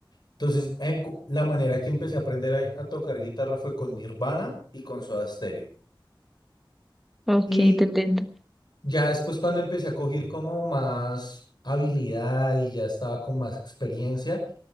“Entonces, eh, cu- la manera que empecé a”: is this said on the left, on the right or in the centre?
Left